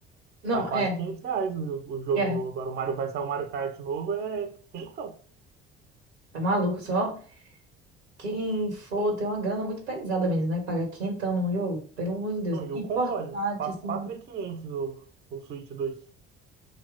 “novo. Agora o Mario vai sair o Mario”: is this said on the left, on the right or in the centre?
Right